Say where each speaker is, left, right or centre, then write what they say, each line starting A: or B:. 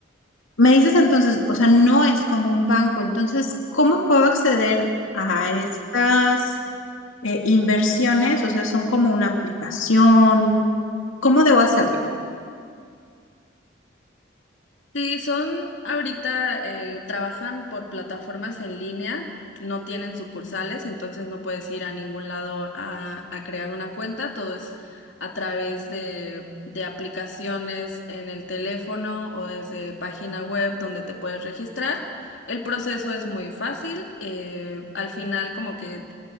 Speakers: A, on the left; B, on the left.
A: me dices entonces, o sea, no es como un banco, entonces, ¿cómo puedo acceder a estas eh, inversiones? O sea, son como una aplicación, ¿cómo debo hacerlo?
B: Sí, son ahorita, eh, trabajan por plataformas en línea, no tienen sucursales, entonces no puedes ir a ningún lado a, a crear una cuenta, todo es a través de, de aplicaciones en el teléfono o desde página web donde te puedes registrar. El proceso es muy fácil, eh, al final como que